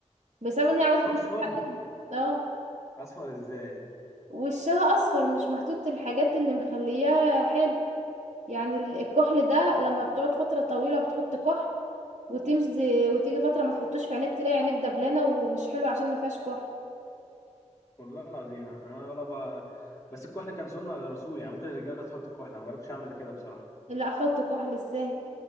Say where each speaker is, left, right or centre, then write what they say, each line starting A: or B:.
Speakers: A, on the right; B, on the left.
A: بسبب ان هي عاوزة
B: اصفر
A: وشها حقيقي. اه
B: اصفر ازاي
A: وشها اصفر مش محطوط الحاجات اللي مخلياه حلو يعني ال- الكحل ده لما بتقعد فترة طويلة بتحط كحل وتمشي وتيجي فترة ما تحطوش في عينيك تلاقي عينيك دبلانة ومش حلو عشان ما فيهاش كحل
B: والله العظيم انا ولا بقى... بس الكحل كان سنة على الرسول يعني ممكن الرجالة تحط الكحل انا ما جربتش اعمل كده بصراحة
A: لا احط كحل ازاي